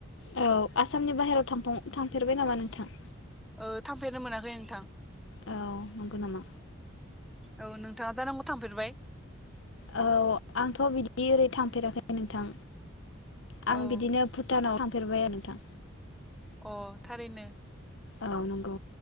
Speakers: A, on the left; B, in the centre.
A: औ आसामनि बाहेरायाव थां थांफेरबाय नामा नोंथां?
B: ओ थांफेरनो मोनाखै नोंथां।
A: औ नंगौ नामा
B: औ नोंथाङा जानांगौ थांफेरबाय
A: औ आंथ' बिदि ओरै थांफेराखै। नोंथां। आं
B: औ
A: बिदिनो भुटानाव थाम फेरबाय आरो दा।
B: अ थारैनो।
A: औ नंगौ।